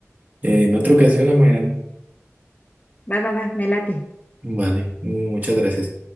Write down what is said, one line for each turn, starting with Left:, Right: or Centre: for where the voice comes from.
Right: En otra ocasión, Amairani.
Left: Va, va, va, me late.
Right: Vale, muchas gracias.